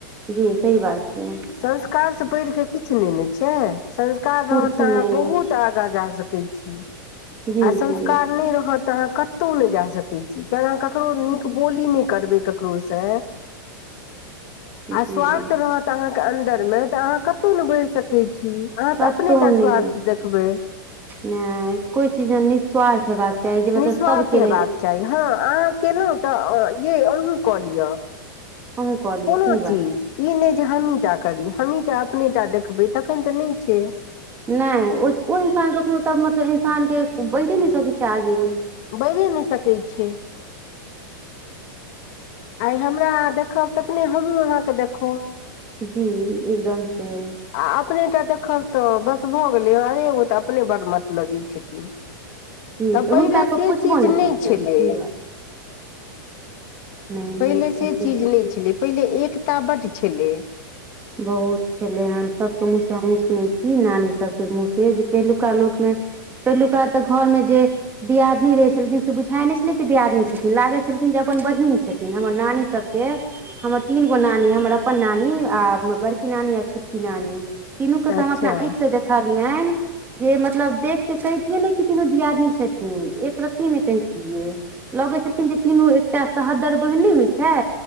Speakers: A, on the right; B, on the left.
A: जी सही बात छै
B: संस्कारसँ बैढ़ कऽ किछु नहि ने छैय संस्कार रहत
A: कुछ
B: तऽ
A: नहि
B: अहाँ बहुत आगाँ जा सकै छी लय
A: जी
B: आ संस्कार
A: जी
B: नहि रहत तऽ अहाँ कतौं जा सकै छीय किय अहाँ ककरो नीक बोली नहि करबे ककरो स आ
A: जी
B: स्वार्थ रहत तऽ अहाँके अन्दरमे तऽ अहाँ कतहु नहि बढ़ सकै छीय अहाँ
A: कतहु
B: तऽ अपनेटा
A: नहि
B: स्वार्थ देखबै
A: नहि कोइ चीज निःस्वार्थ हेबाक चाही जे
B: निःस्वार्थ
A: मतलब सभके
B: हेबाक
A: लेल
B: चाही हँ अहाँ केलहुँ तऽ य अहूँ कऽ लिअ
A: अहूँ कऽ लिअ
B: कोनो
A: सही बात
B: चीज
A: छै
B: ई नहि जे हमहीं टा करी हमहीं टा अपने टा देखबै तखन तऽ नहि छैय
A: नहि ओ इंसान कखनो त मतलब इंसान के बाजे नहि सकै छैय आगे
B: बढ़ि नहि सकैत छैय आइ हमरा आहां देखब तखने हमहूँ अहाँके देखब
A: जी एकदम से
B: आ अपने टा देखब तऽ बस भऽ गेलै हरे ओ तऽ अपने बड़ मतलब इ छथिन
A: जी
B: तऽ पहिले
A: हुनका कोइ
B: से
A: पुछबो
B: चीज नहि
A: करतनि
B: छलै
A: सही बात छै नहि नहि
B: पहिले
A: छै
B: से
A: सही
B: चीज
A: बात
B: नहि छलै पहिले एकता बड छलै
A: बहुत छलै हेन सभके मुँह से हमहूँ सुनै छी नानी सभके मुँह से जे पहिलुका लोकमे पहिलुका तऽ घर मे जे दियादनी रहे छलखिन से बुझााय नहि छलै दियादनी छथिन लागै छैन की अपन बहीन छथिन हमर नानी सबके हमर तीन गो नानी हमर अपन नानी आ बड़की नानी आ छोटकी नानी तीनूके तऽ
B: अच्छा
A: हम अपना आँखिसँ देखलियन जे मतलब देख के कहितियै ने जे तीनू दियादनी छथिन एक रत्ती ने कहितियै लगै छलखिन जे तीनू एकटा सहोदर बहिन नै होइछै